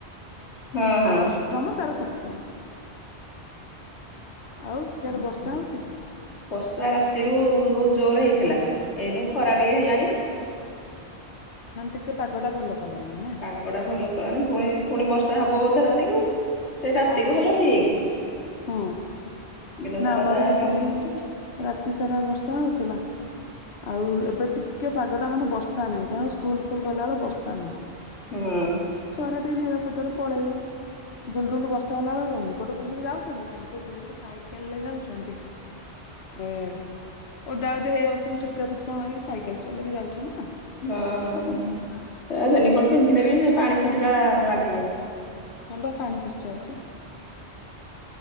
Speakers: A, on the left; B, on the left.
A: ହଁ ହଁ।
B: ଆର <unintelligible> ତାର ସପ୍ତମ। ଆଉ ସିଆଡେ
A: ଓୁ
B: ବର୍ଷା
A: ହଁ
B: ହଉଛି
A: ବର୍ଷା ରାତିରୁ ବହୁତ ଜୋର ହେଇଥିଲା। ଏଇନୁ ଖରା
B: ହୁଁ
A: ଟିକେ ହେଲାଣି।
B: ମାନେ ଟିକେ ପାଗ ଟା ଭଲ କଲାଣି ନା?
A: ପାଗଟା ଭଲ କଲାଣି ପୁଣି ପୁଣି ବର୍ଷା ହବ ବୋଧେ ରାତିକୁ ସେଇ ରାତିକୁୁ
B: ହଁ ଯୋ
A: ହେଲା ଠିକ।
B: ହଁ
A: ଦିନ ସାରା
B: ନା ଆମର
A: ଯାହା
B: ବି
A: କାମ
B: ସେଇ
A: ଦାମ କରେ
B: ରାତି ସାରା ବର୍ଷା ହଉଥିଲା। ଆଉ ଏବେ ଟିକେ ପାଗଟା ମାନେ ବର୍ଷା ନାହିଁ ଯାହାଉ ସ୍କୁଲ ଫୁଲ ଗଲାବେଳ ବର୍ଷା ନାହିଁ।
A: ହୁଁ
B: ଛୁଆରେ ଟିକେ ନିରାପଦରେ ପଳେଇବେ। ଦୁଲ ଦୁଲ ବର୍ଷା ହେଲା ବେଳେ ରେନିକୋଟ ପିନ୍ଧି ଯାାଉ କିନ୍ତୁ ଯେହେତୁ ସାଇକେଲରେ ଯାଉଛନ୍ତି ଏ ଓଦା ଓଦି ହେଇଯାଉଛନ୍ତି ଛିଟକା ଫୁଟକା ମାରିକି ସାଇକେଲ ଚଲେଇକି ଯାଉଛନ୍ତି ନା।
A: ଓଁ ହୋ ସେ ରେନିକୋଟ ପିନ୍ଧିଲେ ବି ସେ ପାଣି ଛିଟିକା ଲାଗିବ।
B: ହଁ ବା ପାଣି ପଶିଯାଉଛି।